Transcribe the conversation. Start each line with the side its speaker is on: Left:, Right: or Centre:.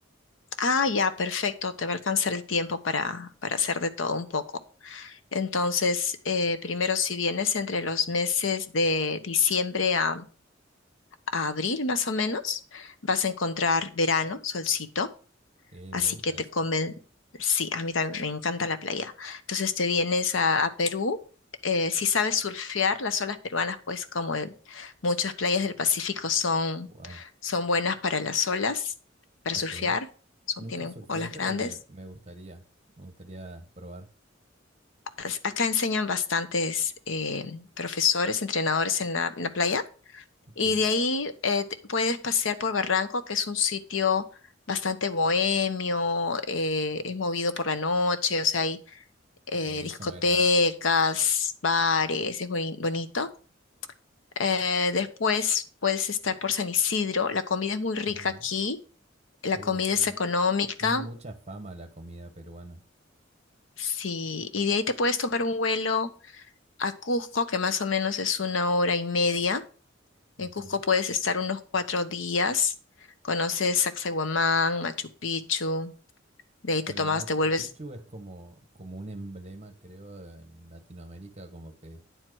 Left: Ah, ya, perfecto. Te va a alcanzar el tiempo para, para hacer de todo un poco. Entonces, eh, primero, si vienes entre los meses de diciembre a, a abril, más o menos, vas a encontrar verano, solcito.
Right: Sí,
Left: Así
Right: me gusta
Left: que te
Right: eso.
Left: conven... Sí, a mí también me encanta la playa. Entonces te vienes a, a Perú. eh, si sabes surfear, las olas peruanas, pues como el- muchas playas del Pacífico son,
Right: Wow,
Left: son buenas para las olas, para
Right: ok.
Left: surfear, son,
Right: Nunca
Left: tienen
Right: surfé,
Left: olas
Right: pero
Left: grandes.
Right: me, me gustaría, me gustaría probar.
Left: As- Acá enseñan bastantes eh, profesores, entrenadores en la, en la playa.
Right: Ok,
Left: Y de ahí eh, te- puedes pasear por Barranco, que es un sitio bastante bohemio, eh, es movido por la noche, o sea, hay eh,
Right: ok, eso
Left: discotecas,
Right: me agrada.
Left: bares, es buen- bonito. Eh, después puedes estar por San Isidro, la comida es muy rica
Right: Ujú.
Left: aquí, la
Right: Uy,
Left: comida
Right: sí.
Left: es económica,
Right: Tiene mucha fama la comida peruana.
Left: sí, y de ahí te puedes tomar un vuelo a Cusco, que más o menos es una hora y media.
Right: Ujú.
Left: En Cusco puedes estar unos cuatro días, conoces Sacsayhuamán, Machu Picchu, de ahí te
Right: Bueno,
Left: tomas,
Right: el Machu
Left: te vuelves,
Right: Picchu es como, como un emblema, creo, en Latinoamérica, como que